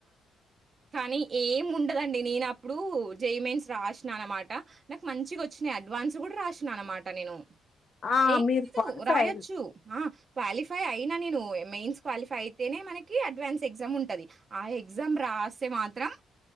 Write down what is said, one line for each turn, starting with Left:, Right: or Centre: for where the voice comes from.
Right: కానీ ఏం ఉండదండి నేన అప్పుడు జెఈ మెయిన్స్ రాష్నా అనమాట నాకు మంచిగ వచ్చినాయి. అడ్వాన్స్ కూడా రాసినా అనమాట నేను.
Left: ఆ!
Right: ఏం
Left: మీరు
Right: లేదు
Left: క్వాలిఫై
Right: రాయొచ్చు
Left: అయ్యిరు.
Right: ఆ క్వాలిఫై అయి నేను మెయిన్స్ క్వాలిఫై అయితేనే మనకి అడ్వాన్స్ ఎగ్జామ్ ఉంటది. ఆ ఎగ్జామ్ రాస్తే మాత్రం